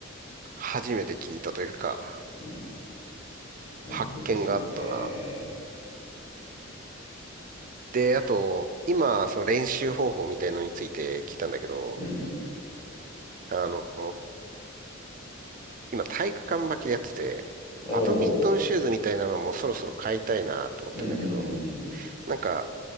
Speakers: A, on the right; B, on the left.
A: 初めて聞いたというか、
B: うん、まあ難しいね。
A: 発見があったな。で、あと、今、その練習方法みたいのについて聞いたんだけど、
B: うん。
A: あの、今体育館履きでやってて、
B: おー、
A: バドミントンシューズみたいなのもそろそろ買いたいなと思ってんだけど、
B: うんうんうんうん。
A: なんか